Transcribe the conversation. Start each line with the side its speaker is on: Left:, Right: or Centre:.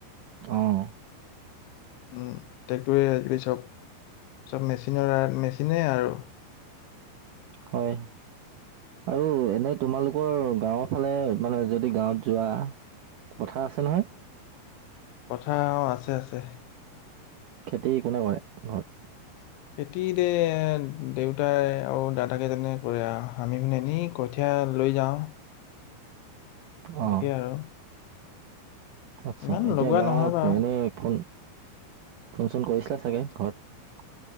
Right: অহ।
Left: উম টেক্টৰে আজিকালি চব, চব মেচিনৰ মেচিনে আৰু।
Right: হয় আৰু এনে তোমালোকৰ গাঁৱৰ ফালে মানে যদি গাঁৱত যোৱা পথাৰ আছে নহয়।
Left: পথাৰ আছে, আছে।
Right: খেতি কোনে কৰে ঘৰত।
Left: খেতিতে দেউতাই আৰু দাদাকেইজনে কৰে আৰু আমি এনেই কঠীয়া। লৈ যাও।
Right: অঁ
Left: এনেকেই আৰু
Right: আচ্ছা,
Left: ইমান
Right: এতিয়া
Left: লগোৱা
Right: গাঁৱত
Left: নহয় বাৰু।
Right: এনেই ফোন। ফোন-চোন কৰিছিলা চাগে ঘৰত।